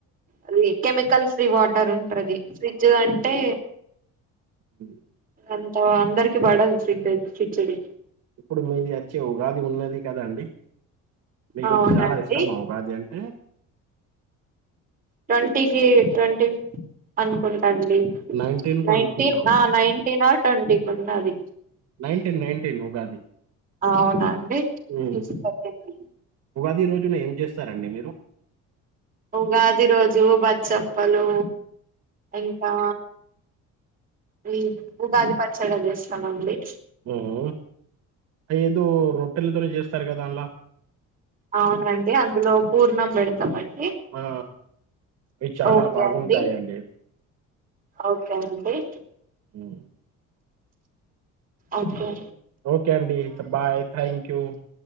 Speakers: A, on the right; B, on the right.
A: అది కెమికల్స్. ఫ్రీ వాటర్ ఉంటది, ఫ్రిడ్జ్ అంటే.
B: అ
A: అంత అందరికి బాడన్ సిదయ్ సిక్సడె.
B: ఇప్పుడు మీది అచ్చి, ఉగాది ఉగాది, గదా అండి. మీకు
A: అవునండి
B: చాలా, ఇష్టమ, ఉగాది అంటే.
A: ట్వంటికి, ట్వంటీ అనుకు. అండి
B: నైన్టీన్ కు
A: నైటిన్,
B: అనుకుంటా
A: అ నైటిన్, ఆట్. కండి పన్నాది.
B: నైటిన్, నైటీన్, ఉగాది.
A: అవునా.
B: ఉమ్
A: చూసుకోలేండి
B: ఉగాది రోజ్. పొద్దున్న ఏం చేస్తారండి మీరు.
A: ఉగాది రోజు బచ్చప్పలు, ఇంకా, ఈ ఉగాది పచ్చడ, చేస్తామండి.
B: ఉమ్. ఏదో, రొట్టెలతోనే, జెస్తారు గదా, అంల్లా.
A: అవునండి, అన్. అందులో పూర్ణం, బెండ్తమండి.
B: ఆ, ఇవి చాలా,
A: ఓకే
B: బాగుంటాయంండి.
A: అండి ఓకే అండి.
B: ఉమ్.
A: అకే.
B: ఓకే అండి బాయ్, థాక్యూ,